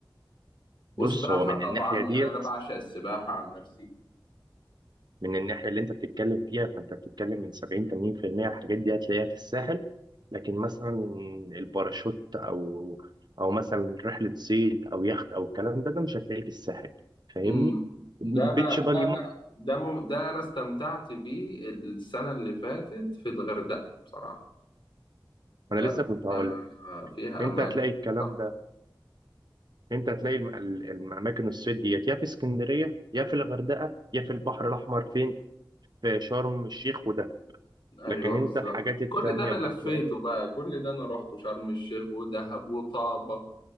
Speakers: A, on the left; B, on the right.
A: وسباحة
B: بص هو من
A: طبعا
B: الناحيه ديت
A: يعني انا بعشق السباحة عن نفسي
B: من الناحية اللي أنت بتتكلم فيها فأنت بتتكلم من 70 80% الحاجات دي هتلاقيها في الساحل لكن مثلا الباراشوت أو أو مثلا رحلة صيد أو يخت أو الكلام ده ده مش هتلاقيه في الساحل فاهمني؟
A: امم
B: بيتش
A: ده انا ده
B: باجي
A: انا
B: م-
A: ده مم... ده انا استمتعت بيه السنه اللي فاتت في الغردقه بصراحه الغردقه
B: أنا لسه كنت هقول لك
A: فيها
B: أنت
A: اماكن
B: هتلاقي الكلام
A: تحفة.
B: ده أنت هتلاقي الم- ال- الأماكن الصيد ديت يا في اسكندرية يا في الغردقة يا في البحر الأحمر فين؟ في شرم الشيخ وده
A: ايوه
B: لكن أنت
A: بالظبط
B: الحاجات التانية
A: كل ده انا
B: اللي
A: لفيته
B: هتلاقيها
A: بقى كل ده انا رحت شرم الشيخ ودهب وطابه